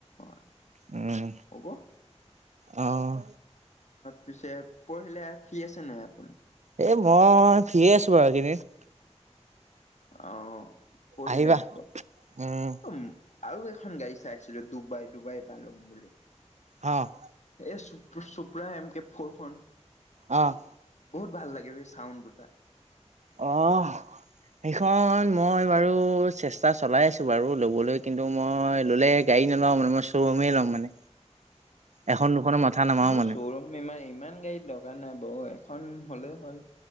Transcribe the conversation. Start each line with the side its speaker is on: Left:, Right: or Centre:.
Left: '
Right: উম
Left: অ ' হ'ব।
Right: অ'
Left: পিছে পঢ়িলে ফ্ৰি আছে নাই আপুনি।
Right: এ মই ফ্ৰিয়ে আছো বাৰু এই কেইদিন।
Left: অ' পৰহিকে
Right: আহিবা
Left: আহিব অ'
Right: উম
Left: আৰু এখন গাড়ী চাইছো। ডুবাই ডুবাই পালো বুলি।
Right: অ'
Left: এই চুপ চোপ্ৰা এম কে ফৰখন।
Right: অ '
Left: বহুত ভাল লাগে বে চাউণ্ড দুটা।
Right: অ' সেইখন মই বাৰু চেষ্টা চলাই আছো বাৰু লবলৈ কিন্তু মই ললে গাড়ী নলওঁ মানে মই শ্ব'ৰুমেই ল'ম মানে এখন। দুখনৰ মাথা নামাৰো
Left: মই <unintelligible>
Right: মানে
Left: ইমান গাড়ী লগা নাই বয় খন হ'লেই হ'ল।